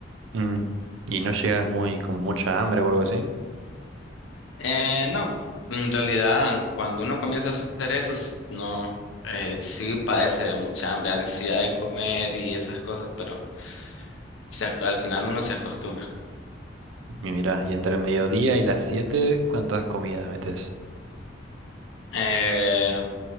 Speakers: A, on the right; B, on the left.
A: Mm. ¿Y no llegas muy con mucha hambre o algo así?
B: Eh, no, en realidad cuando uno comienza a hacer eso, s- no, eh, sí padece de mucha hambre, ansiedad de comer y esas cosas, pero se ac- al final uno se acostumbra.
A: Y mirá, y entre el mediodía y las siete ¿cuántas comidas metes?
B: Eh,